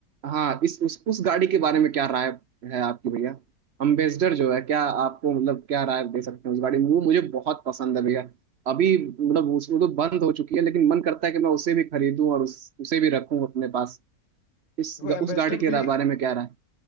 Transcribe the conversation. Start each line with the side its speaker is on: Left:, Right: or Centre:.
Right: हाँ इस उस उस गाड़ी के बारे में क्या राय है आपकी भैया अम्बेसडर जो है क्या आपको मतलब क्या राय दे सकते हैं उस गाड़ी में वो मुझे बहुत पसंद है भैया अभी मतलब उस वो तो बंद हो चुकी है लेकिन मन करता है कि मैं उसे भी खरीदूं और उस, उसे भी रखूं अपने पास इस
Left: देखो एम्बेसडर
Right: उस गाड़ी के
Left: भी
Right: रा- बारे में क्या राय